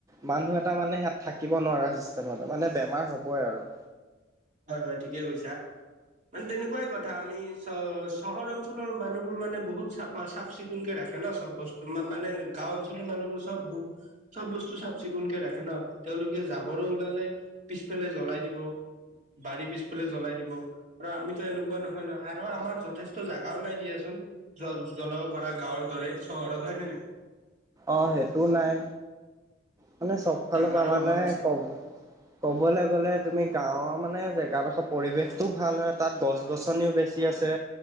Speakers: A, on the right; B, on the right.
A: মানুহ এটা মানে সাত থাকিব নোৱাৰা চিষ্টেমতে মানে বেমাৰ হ'বই আৰু।
B: হয়-হয় ঠিকে কৈছা। মানে তেনেকুৱাই কথা আমি চ চহৰ অঞ্চলৰ মানুহবোৰ মানে বহুত চফা চাফ চিকুণ কে ৰাখে ন সব বস্তু, মানে গাঁও অঞ্চলৰ মানহোৰ চব চব বস্তু চাফ চিকুণকে ৰাখে ন, তেওঁলোকে জাবৰে ওলালে পিছফালে জ্বলাই দিব। বাৰী পিছফালে জ্বলাই দিব। আৰু আমিতো এনেকুৱা নহয়-নহয় আৰু আমাৰ যথেষ্ট জাগাও নাই দিয়াচোন। জ্ব জ্বলাব পৰা গাঁৱৰ দৰে চহৰত হয় নে নাই?
A: অ, সেইটো নাই মানে চব ফালৰ
B: জাগাৰো
A: পৰা মানে
B: অভাৱ আছে
A: কম ক'বলৈ গ'লে তুমি গাঁওৰ মানে জেগাডোখৰ পৰিৱেশতও ভাল হয় তাত গছ-গছনিও বেছি। আছে।